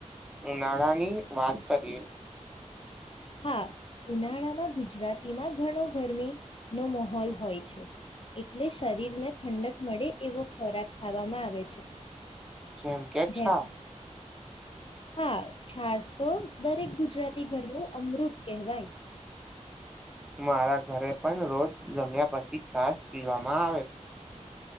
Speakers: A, in the centre; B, on the left.
A: ઉનાળા ની વાત કરીએ
B: હા ઉનાળામાં ગુજરાતીમાં ઘણો ગરમી નો માહોલ હોય છે એટલે શરીરને ઠંડક મળે એવો ખોરાક ખાવામાં આવે છે.
A: જેમ કેક
B: જેમ
A: છાશ
B: હા છાસ તો દરેક ગુજરાતી ઘરનું અમૃત કહેવાય.
A: મારા ઘરે પણ રોજ જમ્યા પછી છાાસ પીવામાં આવે છે.